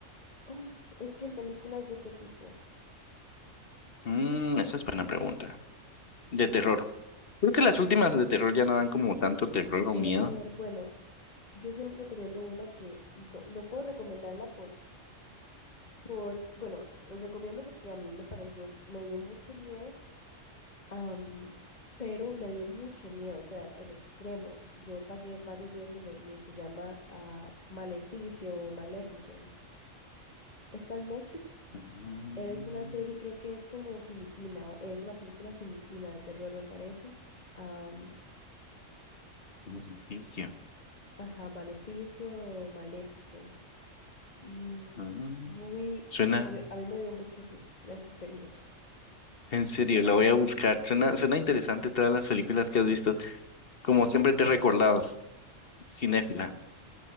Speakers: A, on the left (about 35°); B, on the left (about 50°).
A: Oh, es que en películas de qué tipo?
B: Mm, esa es buena pregunta. De terror. Creo que las últimas de terror ya no dan como tanto terror o
A: Terror.
B: miedo.
A: Bueno, yo siempre recomiendo una que no, no puedo recomendarla por, por, bueno, recomiendo porque a mí me pareció, me dio mucho miedo Am, pero me dio mucho miedo, o sea, en extremo. Yo pasé varios días sin dormir. Se llama ah, Maleficio o Maleficent. Está en Netflix.
B: Mm,
A: Es una serie, creo que es como filipina, o- es una película filipina de terror, me parece. Am,
B: Maleficio.
A: ajá, Maleficio o Maleficent. Mm,
B: Mm,
A: muy,
B: Suena,
A: bueno, a mí, a mí me dio mucho susto, me asusté mucho.
B: en serio, la voy a buscar. Suena, suena interesante todas las películas que has visto. Como siempre te he recordado, cinéfila.